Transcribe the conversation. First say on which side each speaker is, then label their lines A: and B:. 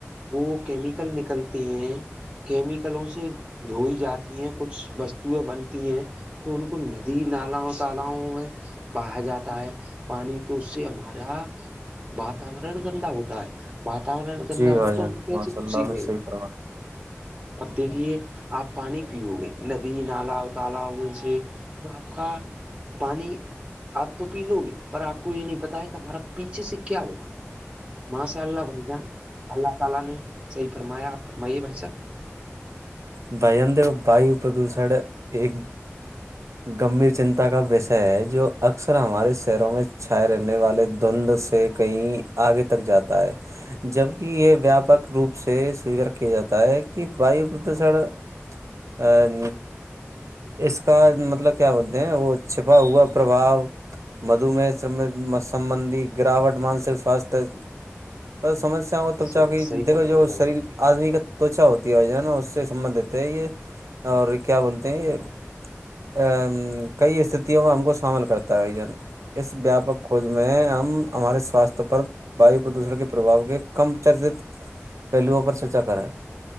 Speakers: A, on the right; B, on the right.
A: وہ کیمیکل نکلتی ہیں کیمیکلوں سے دھوئی جاتی ہیں کچھ وستوئیں بنتی ہیں تو ان کو ندی نالا تالؤ باہر جاتا ہے پانی تو اس سے ہمارا واتورن گندا ہوتا ہے واتورن گندا
B: جی بھائی
A: ہو
B: جان
A: تو ہم کیسے
B: ماشاء
A: خوشی
B: اللہ میں
A: رہیں
B: صحیح
A: گے
B: کروا
A: اب دیکھیے آپ پانی پیو گے ندی نالا تالا ہوئے سے تو آپ کا پانی آپ تو پی لو گے پر آ کو یہ نہیں پتا ہے کہ ہمارا پیچھے سے کیا ہوگا ماشاءاللہ بھائی جان اللہ تعالی نے صحیح فرمایا فرمائیے بھائی
B: <unintelligible> بجن تو واو پردوشن ایک گمبھیر چنتا کا وشے ہے جو اکثر ہمارے شہروں میں چھائے رہنے والے دند سے کہیں آگے تک جاتا ہے جبک یہ ویاپک روپ سے سویکار کیا جاتا ہے کہ وو <unintelligible> تو سڑا ا <unintelligible> اس کا مطلب کیا بولتے ہیں وہ چھپا ہوا پرباؤ مدومہ سمبندی گراوٹ مانسک سواستھ تو سمسیاں کا توچا
A: صحیح
B: کی
A: صحیح
B: دیکھو
A: فرمایا
B: جو
A: بھائی
B: شریر
A: جان
B: آدمی کا تچا ہوتی ہےج ہے نا سے سبھ ہے یہ اور کیا بولتے ہیں یہ <unintelligible> ا کئی استتوں میں ہم کو شامل کرتا ہے ج اس ویاپک کھوج میں ہم ہمارے سوستھ پر وایو پردوشن کے پرباؤ کے کم چرچت پہلوؤ پر چرچا کرایں